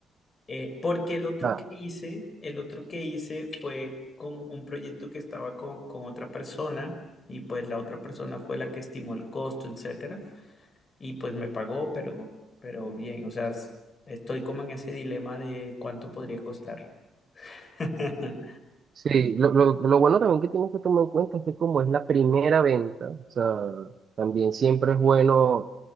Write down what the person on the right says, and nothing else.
Nada.
Sí, lo, lo, lo bueno también que tienes que tomar en cuenta es que como es la primera venta, o sea, también siempre es bueno